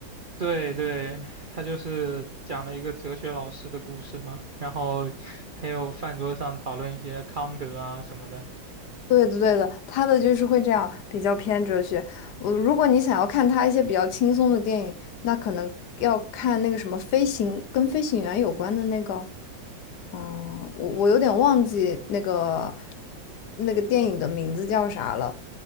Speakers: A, on the right; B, on the left.
A: 对对，他就是讲了一个哲学老师的故事嘛，然后还有饭桌上讨论一些康德啊什么的
B: 对的，对的，他的就是会这样，比较偏哲学。我如果你想要看他一些比较轻松的电影，那可能要看那个什么飞行，跟飞行员有关的那个，嗯，我我有点忘记那个那个电影的名字叫啥了。